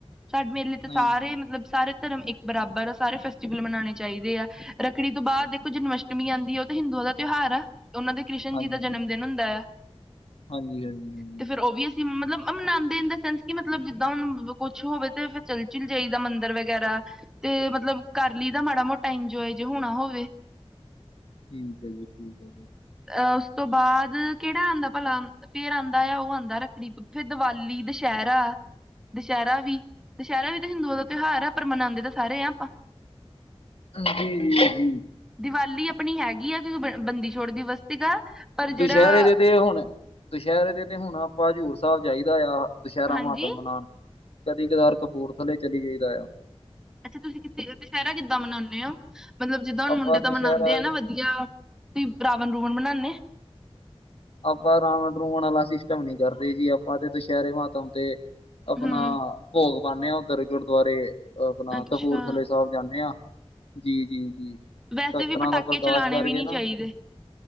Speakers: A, in the centre; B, on the left.
A: ਸਾਡੇ ਮੇਰੇ ਲਈ ਤਾਂ
B: ਨਹੀਂ
A: ਸਾਰੇ
B: ਨਹੀਂ
A: ਮਤਲਬ ਸਾਰੇ ਧਰਮ ਇੱਕ ਬਰਾਬਰ ਆ ਸਾਰੇ ਫੈਸਟੀਵਲ ਮਨਾਉਣੇ ਚਾਹੀਦੇ ਆ। ਰੱਖੜੀ ਤੋਂ ਬਾਅਦ ਦੇਖੋ
B: ਜੀ,
A: ਜਨਮਸ਼ਟਮੀ ਆਉਂਦੀ
B: ਜੀ,
A: ਹੈ। ਉਹ ਤਾਂ ਹਿੰਦੂਆਂ ਦਾ ਤਿਉਹਾਰ ਆ। ਉਹਨਾਂ ਦੇ ਕ੍ਰਿਸ਼ਨ
B: ਹਾਂਜੀ
A: ਜੀ ਦਾ
B: ਹਾਂਜੀ
A: ਜਨਮ ਦਿਨ ਹੁੰਦਾ ਆ।
B: ਹਾਂਜੀ ਹਾਂਜੀ ਹਾਂਜੀ
A: ਤੇ ਫੇਰ ਉਹ ਵੀ ਅਸੀਂ ਮਤਲਬ। ਮਨਾਉਂਦੇ ਇਨ ਦਾ ਸੈਂਸ ਕਿ ਮਤਲਬ ਜਿੱਦਾਂ ਹੁਣ ਕੁਛ ਹੋਵੇ ਤੇ ਫਿਰ ਚੱਲ ਚਲ ਜਾਈਦਾ ਮੰਦਿਰ ਵਗੈਰਾ। ਤੇ ਮਤਲਬ ਕਰ ਲਈ ਤਾਂ ਮਾੜਾ ਮੋਟਾ ਇੰਜੋਏ ਜੇ ਹੋਣਾ ਹੋਵੇ।
B: ਠੀਕ ਹੈ ਜੀ ਠੀਕ ਹੈ ਜੀ।
A: ਅਹ ਉਸ ਤੋਂ ਬਾਅਦ ਕਿਹੜਾ ਆਉਂਦਾ ਭਲਾ ਫੇਰ ਆਉਂਦਾ ਆ ਉਹ ਆਉਂਦਾ ਰੱਖੜੀ। ਫੇਰ ਦੀਵਾਲੀ ਦੁਸਹਿਰਾ। ਦੁਸਹਿਰਾ ਵੀ ਦੁਸਹਿਰਾ ਵੀ ਤਾਂ ਹਿੰਦੂਆਂ ਦਾ ਤਿਉਹਾਰ ਆ ਪਰ ਮਨਾਉਂਦੇ ਤਾਂ ਸਾਰੇ ਹ ਆਪਾਂ।
B: ਹਾਂਜੀੀ ਜ ਜੀ <inaudible> ਝਭਧ
A: ਦੀਵਾਲੀ ਆਪਣੀ ਹੈਗੀ ਆ। ਕਿਉਂਕਿ ਬ, ਬੰਦੀ ਛੋੜ ਦਿਵਸ ਸੀਗਾ ਪਰ
B: ਦੁਸਹਿਰੇ
A: ਜਿਹੜਾ।
B: ਦੇ ਤੇ ਹੁਣ ਦੁਸਹਿਰੇ ਦੇ ਤੇ ਹੁਣ ਆਪਾਂ ਜ਼ਰ। ਸਾਹਿਬ ਜਾਈਦਾ ਆ ਦੁਸਹਿਰਾ
A: ਹਾਂਜੀ
B: ਮਹਾਤਮ ਮਨਾਉਣ ਕਦੀ ਕਦਾਰ ਕਪੂਰਥੱਲੇ ਚਲੀ ਜਾਈਦਾ ਆ।
A: ਅੱਛਾ ਤੁਸੀਂ ਕਿ ਦੁਸਹਿਰਾ ਕਿੱਦਾਂ ਮਨਾਉਂਦੇ ਹੋ। ਮਤਲਬ ਜਿੱਦਾਂ ਹੁਣ
B: ਆਪਾਂ
A: ਮੁੰਡੇ
B: ਦੁਸਹਿਰਾ
A: ਤਾਂ ਮਨਾਉਂਦੇ ਆ ਨਾ ਵਧੀਆ ਤੁਸੀਂ ਰਾਵਣ ਰੁਵਣ ਮਨਾਉਦੇ।
B: ਅਪਾਂ ਰਾਮ। ਫੋਉਣ ਵਾਲਾ ਸਿਸਟਮ ਨੀ ਕਰਦੇ ਜੀ ਆਪਾਂ ਤੇ ਦੁਸਹਿਰੇ ਮਾਤਮ ਤੇ ਆਪਣਾ
A: ਹਮ
B: ਭੋਗ। ਵਉਦੇ ਹਾਂ ਉੱਧਰ ਗੁਰਦੁਆਰੇ ਆਪਣਾ
A: ਅੱਛਾ
B: ਕਪੂਰਥਲੇ ਸਾਹਿਬ ਜਾਂਦੇ ਹਾਂ ਜੀ-ਜੀ ਜੀ। ਸ਼ਸਤ
A: ਵੈਸੇ ਵੀ
B: ਰਾਂ
A: ਪਟਾਕੇ
B: ਦਾ ਪ੍ਰਕਾਸ਼
A: ਚਲਾਣੇ
B: ਕਰਕੇ
A: ਵੀ ਨਹੀਂ ਚਾਹੀਦੇ
B: ਨਾ।